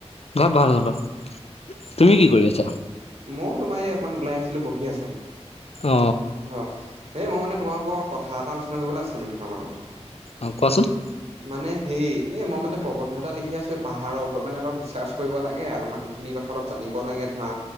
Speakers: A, on the left; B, on the right.
A: ঘৰত ভাল ঘৰত ভাল, তুমি কি কৰি আছা?
B: মইও তোমাৰ এই অকমান ওলাই আহিছিলো বহি আছো,
A: অ
B: অ' এই মই মানে তোমাৰ ওপৰত কথা এটা আলোচনা কৰিবলৈ আছিলে মানে তোমাৰ লগত।
A: অ' কোৱাচোন।
B: মানে সেই এই মই মানে প্ৰবন্ধ এটা লিখি আছোঁ এ পাহাৰৰ ওপৰত। মানে অলপ ৰিচাৰ্চ কৰিব লাগে আৰু মানুহখিনিৰ কথা অলপ জানি নিব লাগে ধৰা।